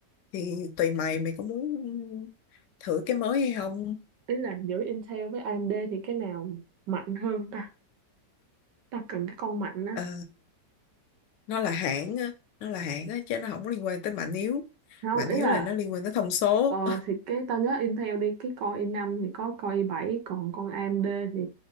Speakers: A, on the left; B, on the right.
A: thì tùy mày mày có muốn thử cái mới hay không
B: Ý là giữa Intel với AMD thì cái nào mạnh hơn ta? ta cần cái con mạnh á
A: Ờ, nó là hãng á nó là hãng á chứ nó không có liên quan tới mạnh yếu
B: không
A: mạnh
B: ý
A: yếu
B: là
A: là nó liên quan tới thông số
B: ờ thì cái tao nhớ Intel đi cái con i năm thì có con i bảy, còn con AMD thì